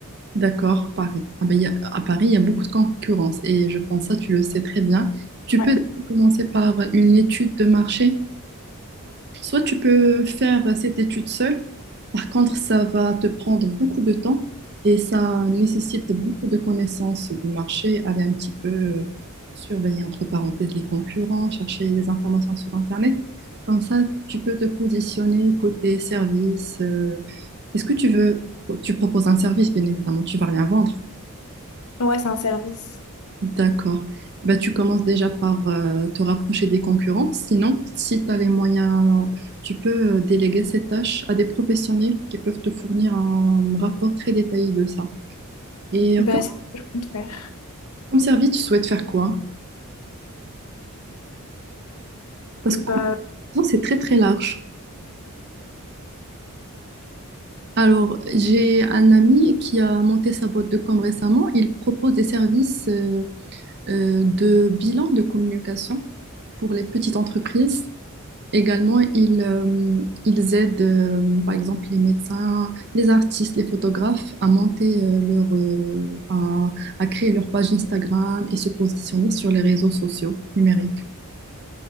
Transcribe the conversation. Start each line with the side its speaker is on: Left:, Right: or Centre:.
Right: D'accord, Paris. Ah ben, il y a- à Paris, il y a beaucoup de concurrence et je pense ça, tu le sais très bien. Tu
Left: Ouais,
Right: peux commencer par une étude de marché. Soit tu peux faire cette étude seule. Par contre, ça va te prendre beaucoup de temps et ça nécessite beaucoup de connaissances du marché. Aller un petit peu euh, surveiller entre parenthèses les concurrents, chercher des informations sur Internet. Comme ça, tu peux te positionner côté service. euh, Est-ce que tu veux, tu proposes un service, bien évidemment, tu vas rien vendre.
Left: ouais, c'est un service.
Right: D'accord. Bah, tu commences déjà par euh, te rapprocher des concurrents. Sinon, si tu as les moyens, tu peux euh, déléguer ces tâches à des professionnels qui peuvent te fournir un rapport très détaillé de ça. Et
Left: Bah,
Right: euh, comme,
Left: c'est tout faire.
Right: comme service, tu souhaites faire quoi? Parce
Left: Bah,
Right: qu'en même temps, c'est très très large. Alors, j'ai un ami qui a monté sa boîte de com récemment. Il propose des services euh, euh, de bilan de communication pour les petites entreprises. Également, ils, euh, ils aident, euh, par exemple, les médecins, les artistes, les photographes à monter euh, leur, euh, à, à créer leur page Instagram et se positionner sur les réseaux sociaux numériques.